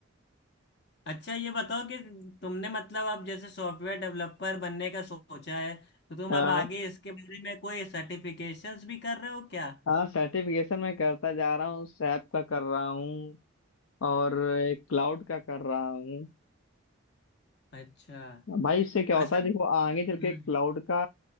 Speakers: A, on the left; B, on the left.
A: अच्छा ये बताओ कि तुमने मतलब अब जैसे सॉफ्टवेयर डेवलपर बनने का सोचा है तो तुम
B: हाँ
A: अब आगे इसके बारे में कोई सर्टिफिकेशंस भी कर रहे हो क्या
B: हाँ सर्टिफिकेशन मैं करता जा रहा हूँ सैप का कर रहा हूँ और क्लाउड का कर रहा हूँ
A: अच्छा
B: भाई इससे क्या होता
A: असल
B: है देखो आगे चल
A: हम्म,
B: के क्लाउड का